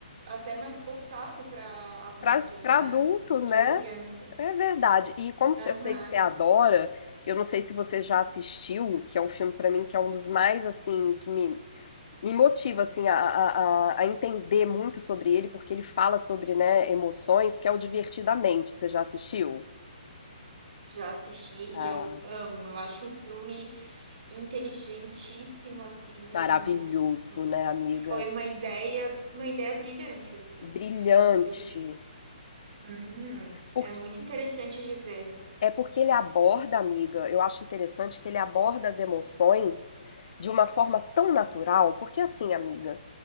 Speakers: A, on the right (about 55°); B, on the left (about 55°).
A: até mais voltado para adultos,
B: Pra, pra
A: né?
B: adultos,
A: Do
B: né?
A: que crianças.
B: É verdade. E como se-
A: Aham.
B: eu sei que você adora, eu não sei se você já assistiu, que é um filme pra mim que é um dos mais assim que me me motiva assim a, a, a entender muito sobre ele, porque ele fala sobre, né, emoções, que é o Divertidamente. Você já assistiu?
A: Já assisti e
B: Ah,
A: eu amo. Eu acho um filme inteligentíssimo, assim. num-
B: maravilhoso,
A: num-
B: né, amiga?
A: Foi uma ideia, uma ideia brilhante, assim.
B: Brilhante.
A: Do... Uhum.
B: Por
A: É muito interessante de ver.
B: É porque ele aborda, amiga, eu acho interessante que ele aborda as emoções de uma forma tão natural, porque assim, amiga,